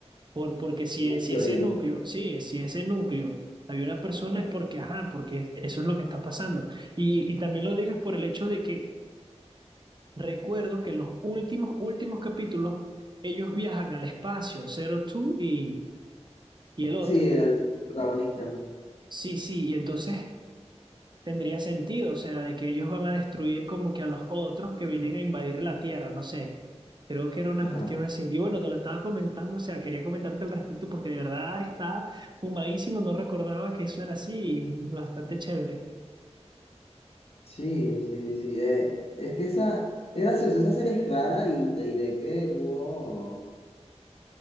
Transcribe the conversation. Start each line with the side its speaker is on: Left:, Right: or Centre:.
Right: por, porque si,
Left: una
Right: si
Left: teoría.
Right: ese núcleo, sí, si ese núcleo había una persona es porque, ajá, porque es- eso es lo que está pasando. Y, y también lo digas por el hecho de que recuerdo que en los últimos, últimos capítulos ellos viajan al espacio, Zero Two y, y el otro.
Left: Sí, el protagonista.
Right: Sí, sí, y entonces tendría sentido, o sea, de que ellos van a destruir como que a los otros que vienen a invadir la Tierra, no sé. Creo que era una
Left: Ajá.
Right: cuestión así. Y bueno, te lo estaba comentando, o sea, quería comentarte al respecto porque de verdad está fumadísimo, no recordaba que eso era así, y bastante chévere.
Left: Sí, sí, sí. eh, es que esa, es gracioso, esa serie es rara y te diré que hubo,